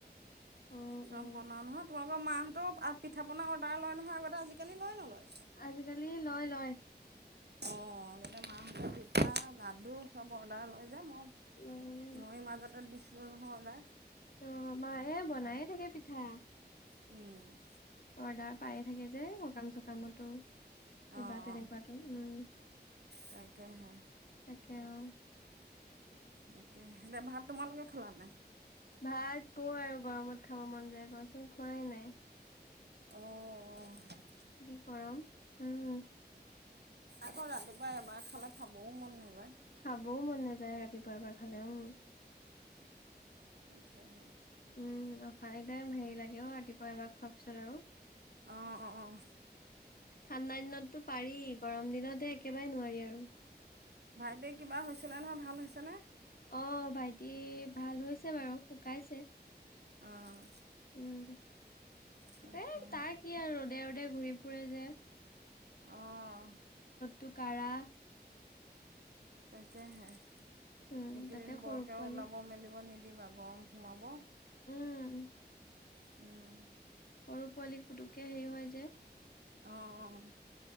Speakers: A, on the left (about 55°); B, on the right (about 75°).
A: অ
B: চব
A: অ
B: বনাও নহয় তোমালোকৰ মাহঁতেও আ পিঠা পনা অৰ্ডাৰ লয় নহয় আগতে আজিকালি লয় নলয়।
A: আজিকালি লয় লয়।
B: অঁ আগতে মাহঁতে পিঠা লাডু চব অৰ্ডাৰ লয় যে মই
A: উম
B: মই মাজতে দিছিলোঁ নহয় অৰ্ডাৰ।
A: অঁ মায়ে বনায়ে থাকে পিঠা।
B: উম
A: অৰ্ডাৰ পায়ে থাকে যে সকাম চকামতো কিবা
B: অ',
A: তেনেকুৱাতো উম
B: তাকেহে
A: তাকে অ
B: তাকে স ভাত তোমালোকে খালা নাই
A: ভাত কওঁ আৰু গৰমত খাব মন যায় কোৱাচোন খোৱাই নাই
B: অঁ অঁ।
A: যি গৰম উম
B: আকৌ ৰাতিপুৱা এবাৰ খালে খাবও মন নাযায়
A: খাবও মন নাযায় ৰাতিপুৱাৰ এবাৰ খালে উম
B: তাকেহে
A: উম অফাৰেটাইম হেৰি লাগে অ ৰাতিপুৱা এবাৰ খোৱাৰ পিছত আৰু
B: অঁ অঁ অঁ
A: ঠাণ্ডা দিনততো পাৰি গৰম দিনতে একেবাৰে নোৱাৰি আৰু
B: ভাইটি কিবা হৈছে নহয় ভাল হৈছেনে
A: অঁ ভাইটি ভাল হৈছে বাৰু শুকাইছে
B: অঁ
A: উম।
B: তাকে
A: তাৰ কি আৰু ৰ'দে ৰ'দে ঘূৰি ফুৰে যে
B: অঁ
A: টো কাৰা
B: তাকেহে এইকেইদিন
A: উম, তাতে সৰু
B: বৰকে
A: পোৱালি
B: ওলাব মেলিব নিদ দিবা গৰম সোমাব
A: উম
B: উম
A: সৰু পোৱালি পুটোকে হেৰি হয় যে
B: অঁ